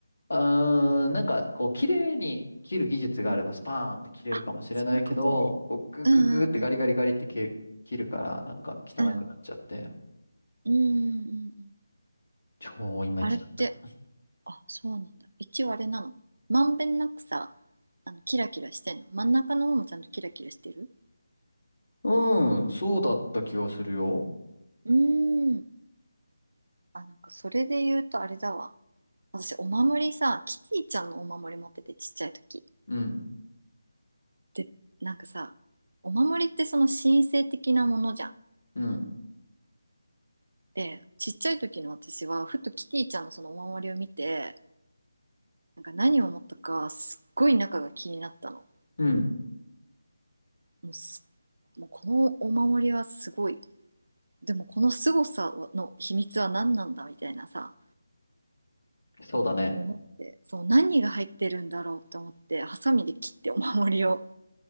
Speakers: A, on the left; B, on the right.
A: うーん、なんか、こう、綺麗に切る技術があれば、
B: うん。
A: スパーンって切れるかもしれないけど、
B: あ、そういうことね。
A: こう、ググググってガリガリガリって切る切るから、
B: うんうんうん。
A: なんか汚くなっちゃって、
B: うん。うんうんうんうん。
A: 超イマイチだった。
B: あれって、あ、そうなんだ。一応あれなの。まんべんなくさ、あの、キラキラしてんの。真ん中の方もちゃんとキラキラしてる
A: うん、そうだった気がするよ。
B: うーん。あ、なんかそれで言うとあれだわ。私、お守りさ、キティちゃんのお守り持っててちっちゃい時。
A: うん、
B: で、なんかさ、お守りってその神聖的なものじゃん。
A: うん、
B: で、ちっちゃい時の私は、ふとキティちゃんのそのお守りを見て、なんか何を思ったか、すっごい中が気になったの。
A: うん、
B: もうす、もうこのお守りはすごい。でもこの凄さの秘密は何なんだみたいなさ、
A: そうだね。
B: 思って、そう、何が入ってるんだろうと思って、ハサミで切ってお守りを。